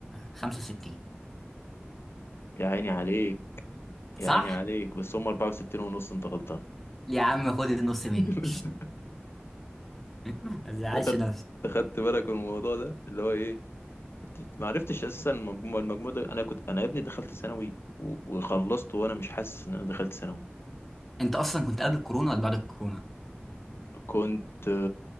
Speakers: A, in the centre; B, on the left.
A: 65
B: يا عيني عليك يا
A: صح
B: عيني عليك بس هم 64 ونص انت غلطان
A: يا عم خد النص مني
B: <laughs>
A: <laughs> ما تزعلش
B: اخدت
A: نفسك
B: اخدت بالك من الموضوع ده اللي هو ايه ما عرفتش اساسا المجموع المجموع ده انا كنت انا يا ابني دخلت ثانوي و- وخلصت وانا مش حاسس ان انا دخلت ثانوي
A: انت اصلا كنت قبل الكورونا ولا بعد الكورونا
B: كنت